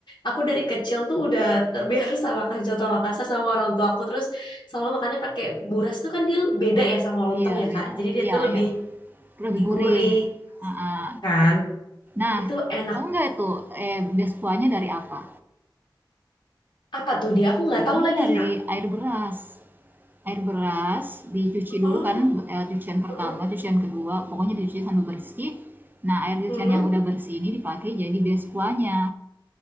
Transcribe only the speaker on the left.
aku dari kecil tuh udah terbiasa <laughs> makan coto Makassar sama orang tua aku. Terus selalu makannya pakai buras tuh kan dia beda ya sama lontong
ya,
Kak. Jadi dia
tuh lebih
gurih
kan.
Itu enak.
Apa tuh dia? Aku nggak tahu
lagi,
Kak.
Oh,
heeh.
Mhm.